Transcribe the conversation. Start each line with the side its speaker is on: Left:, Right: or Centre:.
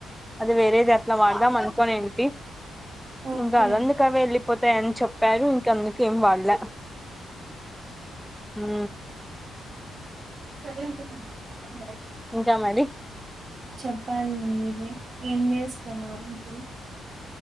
Centre: అది వేరేది అట్లా వాడదాం అనుకొని ఏమింటి
Right: ఓకే
Centre: ఇంకా అదందుకవి వెళ్ళిపోతాయని చెప్పారు ఇంక అందుకేం వాడలే ఊ
Right: సరేకే ఉంటా బాయ్
Centre: ఇంకా మరి
Right: చెప్పాలి మీవి ఏం చేస్తున్నారు ఇప్పుడు